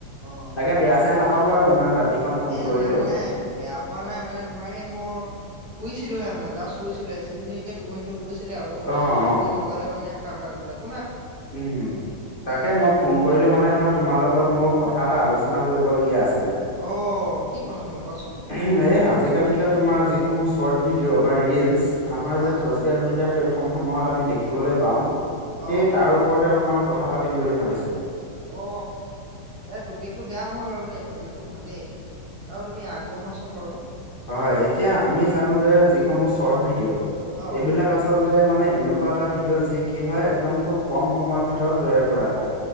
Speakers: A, on the right (about 50°); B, on the left (about 25°).
A: অ!
B: তাকে বেয়া চেয়া নাপাবা আৰু ইমান ৰাতিখন ফোন
A: এ
B: কৰিলো
A: নাই নাই বেয়া পোৱা নাই মানে তোমাৰ সেই মই! শুইছিলোহে মানে জাষ্ট শুইছিলোহে চিল মিলকে টোপনিটো গৈছিলে আৰু
B: অ অ
A: তেনেকুৱাতে মানে! খাহ ভাগ লোৱা।
B: উম তাকে মই ফোন কৰিলো মানে ধৰা তোমাৰ লগত
A: অ
B: মোৰ! কথা এটা আলোচনা কৰিবলগীয়া আছিলে!
A: অ কি কথা? তেনেকুৱাচোন
B: এই আজিকালি তোমাৰ যিসমূহ শৰ্ট ভিডিঅ' বা ৰিলচ। আমাৰ
A: হয়
B: যে ছচিয়েল
A: হয়
B: মিডিয়া প্লেটফৰ্মসমূহত আমি দেখিবলৈ পাওঁ। সেই
A: অ
B: তাৰ ওপৰতে অকমান কথা পাতিম বুলি ভাবিছিলো।
A: অ এ টপিকতটো বেয়া নহয় বাৰু দেই টপিকতটো ভালেই আৰু তুমি আগবঢ়োৱাচোন বাৰু।
B: হয় হয় এতিয়া আমি জানো যে যিসমূহ শৰ্ট ভিডিঅ'
A: অ',
B: এইবিলাক আচলতে মানে এনেকা! এ ভিডিঅ' যি কি হয় একদম কম সময়ৰ ভিতৰত তৈয়াৰ কৰা হয়